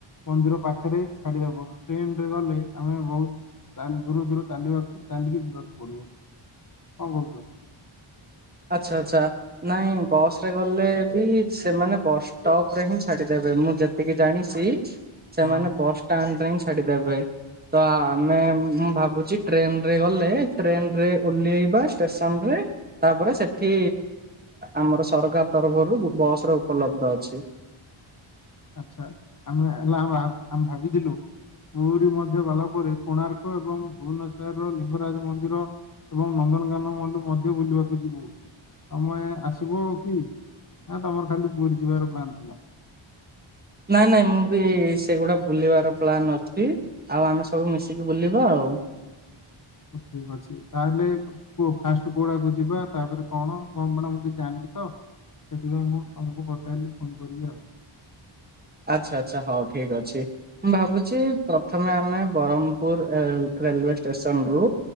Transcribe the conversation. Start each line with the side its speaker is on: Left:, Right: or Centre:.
Left: ମନ୍ଦିର ପାଖରେ ଛାଡିଦବ ଟ୍ରେନ ରେ ଗଲେ ଆମେ ବହୁତ ତାହେଲେ ଦୂରୁ ଦୂରୁ ଚାଲିବାକୁ ଚାଲିକି ଯିବାକୁ ପଡିବ କଣ କହୁଛ?
Right: ଆଚ୍ଛା ଆଚ୍ଛା। ନାଇଁ ବସ ରେ ଗଲେ ବି ସେମାନେ ବସ ଷ୍ଟପ୍ ରେ ହିଁ ଛାଡିଦେବେ ମୁଁ ଯେତେ ଟିକେ ଜାଣିଛି ସେମାନେ
Left: ହଁ
Right: ବସ୍ ଷ୍ଟାଣ୍ଡରେ ହିଁ ଛାଡିଦେବେ ତ ଆମେ ମୁଁ ଭାବୁଛି ଟ୍ରେନ ରେ ଗଲେ ଟ୍ରେନ ରେ ଓଲ୍ହେଇବା ଷ୍ଟେସନ ରେ ତାପରେ ସେଠି ଆମର ସରକାର ତରଫରୁ ବସ ର ଉପଲବ୍ଧ ଅଛି।
Left: ଆଛା ଆମେ ହେଲା ଆମେ ଭାବିଥିଲୁ ପୁରୀ ମଧ୍ୟ ଗଲା ପରେ କୋଣାର୍କ ଏବଂ ଭୁବନେଶ୍ଵର ର ଲିଙ୍ଗରାଜ ମନ୍ଦିର ଏବଂ ନନ୍ଦନକାନ ମ ମଧ୍ୟ ବୁଲିବାକୁ ଯିବୁ ତମେ ଆସିବ କି ନା ତମର ଖାଲି ପୁରୀ ଯିବାର ପ୍ଲାନ୍ ଥିଲା।
Right: ନାଇଁ ନାଇଁ ମୁଁ ବି ସେଗୁଡା ବୁଲିବାର ପ୍ଲାନ୍ ଅଛି। ଆଉ ଆମେ ସବୁ ମିଶିକି ବୁଲିବା ଆଉ।
Left: ଠିକ୍ ଅଛି ତାହେଲେ କୁହ ଫାଷ୍ଟ କୋଉଡାକୁ ଯିବା ତାପରେ କଣ କଣ ମାନ ମୁଁ କିଛି ଜାଣିନି ତ ସେଥିପାଇଁ ମୁଁ ତମକୁ ପଚାରଲିି ଫୋନ୍ କରିବି ଆଉ।
Right: ଆଚ୍ଛା ଆଚ୍ଛା ହଉ ଠିକ୍ ଅଛି। ମୁଁ ଭାବୁଛି ପ୍ରଥମେ ଆମେ ବ୍ରରହ୍ମପୁର ରେଲୱେ ଷ୍ଟେସନ ରୁ